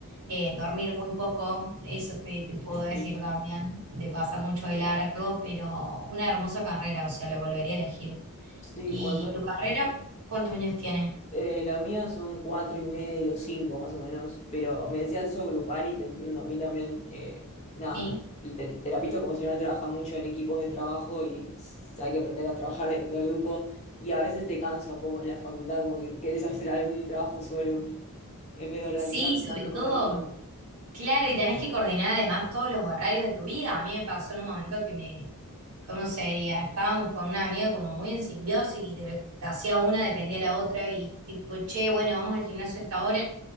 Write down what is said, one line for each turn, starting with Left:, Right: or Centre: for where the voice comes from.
Right: eh, dormir muy poco, eso te, te puedo
Left: Sí,
Right: decir también, de pasar mucho de largo, pero una hermosa carrera, o sea, la volvería a elegir.
Left: Sí,
Right: ¿Y
Left: cuando es
Right: tu carrera, cuántos años tienes?
Left: Eh, la mía son cuatro y medio, cinco más o menos, pero me decías eso grupal y te entiendo. A mí también, eh, nada,
Right: Sí.
Left: el, te- el terapista ocupacional trabaja mucho en equipos de trabajo y s- hay que aprender a trabajar de, de grupo y a veces te cansa un poco en la facultad, como que querés hacer algún trabajo solo en vez de organizarte
Right: Sí, sobre
Left: tanto con
Right: todo.
Left: los demás.
Right: Claro, y tenés que coordinar además todos los horarios de tu vida. A mí me pasó en un momento que me, ¿cómo sería? Estábamos con una amiga como muy en simbiosis y de lo que hacía una dependía la otra y tipo, che, bueno, vamos al gimnasio hasta ahora,